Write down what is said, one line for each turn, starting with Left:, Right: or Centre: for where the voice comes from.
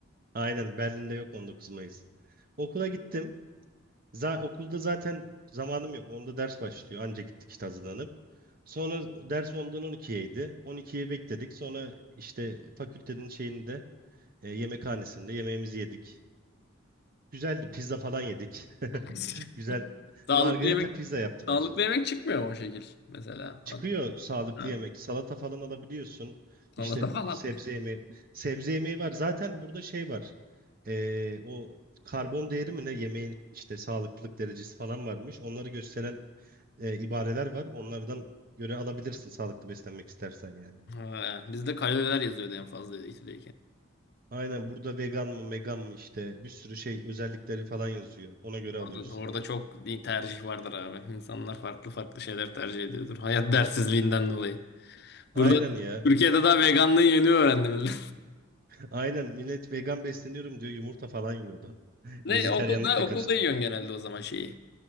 Right: Aynen Berlin'de yok 19 Mayıs. Okula gittim. Za okulda zaten zamanım yok. Onda ders başlıyor. Anca gittik işte hazırlanıp. Sonra ders 10'dan 12'yeydi. 12'ye bekledik. Sonra işte fakültenin şeyinde e, yemekhanesinde yemeğimizi yedik. Güzeldi. Pizza falan yedik. <laughs>
Left: <laughs>
Right: Güzel.
Left: Sağlıklı
Right: Margarita
Left: yemek
Right: pizza yaptılar.
Left: sağlıklı yemek çıkmıyor mu o şekil mesela?
Right: Çıkıyor sağlıklı
Left: Ha,
Right: yemek. Salata falan alabiliyorsun.
Left: salata
Right: İşte
Left: falan.
Right: sebze yemeği. Sebze yemeği var. Zaten burada şey var. Ee, o karbon değeri mi ne yemeğin işte sağlıklılık derecesi falan varmış. Onları gösteren e, ibareler var. Onlardan göre alabilirsin sağlıklı beslenmek istersen yani.
Left: Ha, bizde kaloriler yazıyordu en fazla ikide
Right: Aynen burada vegan mı megan mı işte bir sürü şey özellikleri falan yazıyor. Ona göre alıyorsun.
Left: Orada, orada çok tercih vardır abi. İnsanlar farklı farklı şeyler tercih ediyordur. Hayat dersizliğinden dolayı.
Right: Aynen
Left: Burada
Right: ya.
Left: Türkiye'de daha veganlığı yeni öğrendim. <laughs>
Right: Aynen millet vegan besleniyorum diyor yumurta falan yiyordu. <laughs> Vejeteryanlık
Left: Ne okulda
Right: da
Left: okulda
Right: karıştı.
Left: yiyorsun genelde o zaman şeyi.